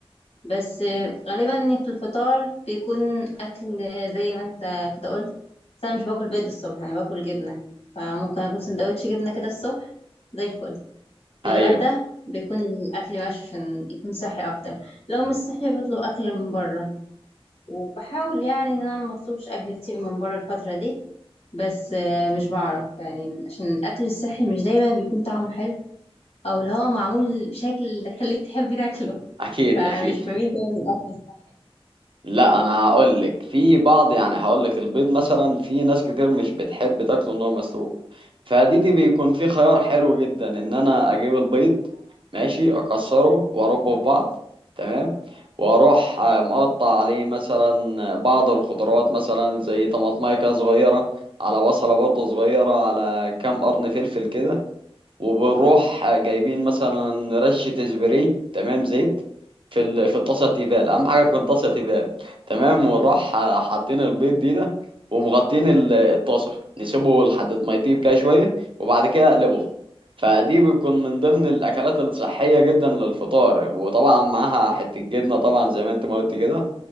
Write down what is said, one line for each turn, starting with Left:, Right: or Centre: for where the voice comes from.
Left: بس غالبا في الفطار بيكون اكل زي ما انت كده قلت بس انا مش باكل بيض الصبح انا باكل جبنه فممكن اكل سندوتش جبنه كده الصبح زي الفل في
Right: ايوه
Left: الغدا بيكون الاكل ماشي عشان يكون صحي اكتر لو مش صحي بطلب اكل من بره وبحاول يعني ان انا ما اطلبش اكل كتير من بره الفتره دي بس آه، مش بعرف يعني عشان الاكل الصحي مش دايما بيكون طعمه حلو او اللي هو معمول بشكل اللي خليك تحب تاكله
Right: اكيد
Left: فمش
Right: اكيد
Left: بميل دايما الاكل الصحي
Right: لا انا هقول لك في بعض يعني هقول لك البيض مثلا في ناس كتير مش بتحب تاكله ان هو مسلوق فدي دي بيكون في خيار حلو جدا ان انا اجيب البيض ماشي اكسره واربه في بعض تمام واروح آه، مقطع عليه مثلا بعض الخضروات مثلا زي طماطمايه كده صغيره على بصله برضه صغيره على كام قرن فلفل كده وبنروح جايبين مثلا رشة سبراي تمام زيت في ال... في الطاسة تيفال أهم حاجة تكون طاسة تيفال تمام ونروح حاطين البيض دي ده ومغطين ال- الطاسة نسيبه لحد ما يطيب كده شوية وبعد كده اقلبه فدي بتكون من ضمن الأكلات الصحية جدا للفطار وطبعا معاها حتة جبنة طبعا زي ما أنت ما قلت كده